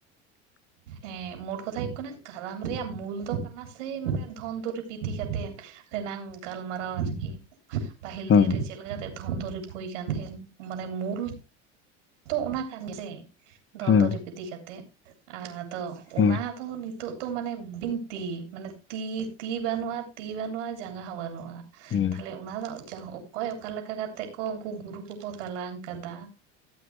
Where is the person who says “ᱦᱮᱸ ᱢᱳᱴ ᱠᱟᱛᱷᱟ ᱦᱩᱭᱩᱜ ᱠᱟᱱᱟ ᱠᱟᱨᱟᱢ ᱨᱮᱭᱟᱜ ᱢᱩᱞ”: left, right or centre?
Right